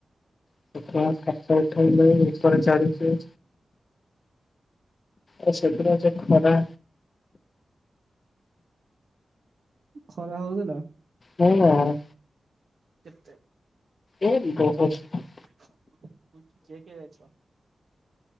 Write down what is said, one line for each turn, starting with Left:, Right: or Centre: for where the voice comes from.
Left: <unintelligible> ଫଟ ଉଠେଇଲେ ଉପରେ ଚଢିଲେ। ଆ ସେଦିନ ସେ ଖରା
Right: ଖରା ହଉଥିଲା।
Left: ହଁ।
Right: କେତେ?
Left: ଏ ବହ <unintelligible>
Right: କିଏ କିଏ ଯାଇଛ?